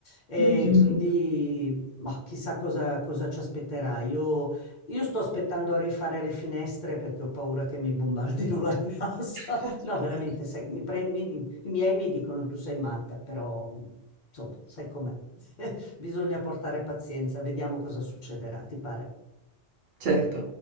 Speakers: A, on the left; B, on the right.
A: E
B: Mm, mm,
A: quindi,
B: mm.
A: ma chissà cosa, cosa ci aspetterà. Io, io sto aspettando a rifare le finestre perché ho paura che mi bombardino la <laughs> casa.
B: <laughs>
A: No, veramente, sai, mi prend- mi- i miei mi dicono tu sei matta, però, insomma, sai com'è. <laughs> Bisogna portare pazienza, vediamo cosa succederà, ti pare?
B: Certo.